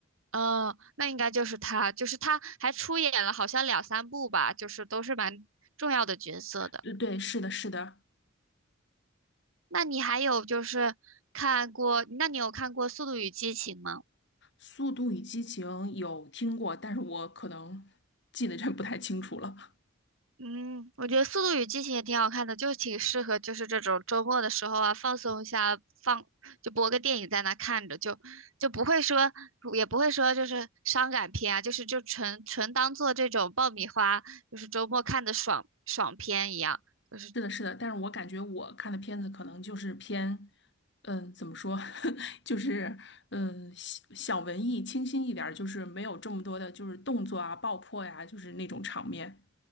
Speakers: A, on the right; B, on the left.
A: 嗯、那应该就是他，就是他还出演了好像两三部吧，就是都是蛮重要的角色的。
B: 对对，是的，是的。
A: 那你还有就是看过，那你有看过《速度与激情》吗？
B: 《速度与激情》有听过，但是我可能记得真不太清楚了。<laughs>
A: 嗯，我觉得《速度与激情》也挺好看的，就挺适合就是这种周末的时候啊，放松一下，放就播个电影在那看着，就就不会说也不会说就是伤感片啊，就是就纯纯当做这种爆米花，就是周末看的爽爽片一样。就是。
B: 是的，是的，但是我感觉我看的片子可能就是偏，嗯，怎么说，<laughs> 就是嗯小小文艺、清新一点儿，就是没有这么多的，就是动作啊、爆破呀、就是那种场面。